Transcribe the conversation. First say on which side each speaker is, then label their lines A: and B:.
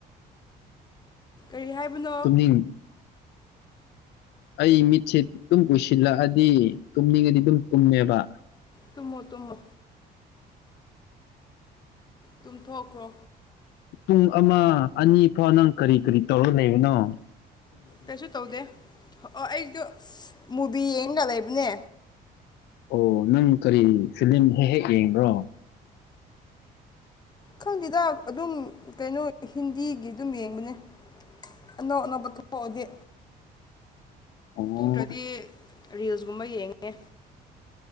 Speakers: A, on the left (about 25°); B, on the left (about 80°).
A: ꯀꯔꯤ ꯍꯥꯏꯕꯅꯣ
B: ꯇꯨꯝꯅꯤꯡ ꯑꯩ ꯃꯤꯠꯁꯦ ꯑꯗꯨꯝ ꯎꯁꯤꯜꯂꯛꯑꯗꯤ ꯇꯨꯝꯅꯤꯡꯉꯗꯤ ꯑꯗꯨꯝ ꯇꯨꯝꯃꯦꯕ
A: ꯇꯨꯝꯃꯣ ꯇꯨꯝꯃꯣ ꯇꯨꯝꯊꯣꯛꯈ꯭ꯔꯣ
B: ꯄꯨꯡ ꯑꯃ ꯑꯅꯤ ꯐꯥꯎ ꯅꯪ ꯀꯔꯤ ꯀꯔꯤ ꯇꯧꯔ ꯂꯩꯔꯤꯅꯣ
A: ꯀꯩꯁꯨ ꯇꯧꯗꯦ ꯍ ꯑꯣ ꯑꯩꯗꯣ ꯃꯨꯕꯤ ꯌꯦꯡꯉ ꯂꯩꯕꯅꯦ
B: ꯑꯣ ꯅꯪ ꯀꯔꯤ ꯐꯤꯂꯤꯂꯝ ꯍꯦꯛ ꯍꯦꯛ ꯌꯦꯡꯕ꯭ꯔꯣ
A: ꯈꯪꯗꯦꯗ ꯑꯗꯨꯝ ꯀꯩꯅꯣ ꯍꯤꯟꯗꯤꯒꯤ ꯑꯗꯨꯝ ꯌꯦꯡꯕꯅꯦ ꯑꯅꯧ ꯑꯅꯧꯕ ꯊꯣꯛꯑꯣꯗꯤ
B: ꯑꯣ
A: ꯊꯣꯛꯇ꯭ꯔꯗꯤ ꯔꯤꯜꯁꯀꯨꯝꯕ ꯌꯦꯡꯉꯦ꯫